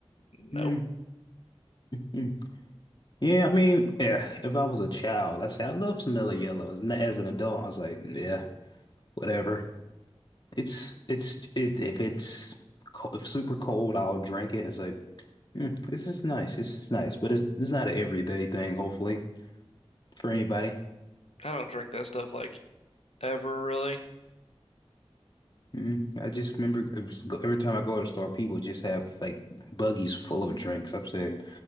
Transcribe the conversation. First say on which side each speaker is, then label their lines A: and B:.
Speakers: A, on the left; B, on the left.
A: no.
B: Mm, mm. Yeah, I mean, yeah, if I was a child, i say I love some mellow yellow. As, as an adult, I was like, yeah, whatever. It's it's it if it's co- if super cold, I'll drink it. It's like mm, this is nice. This is nice, but it's it's not an everyday thing. Hopefully for anybody.
A: I don't drink that stuff like ever really.
B: Mm, I just remember it was- every time I go to the store, people just have like buggies full of drinks. I'm saying,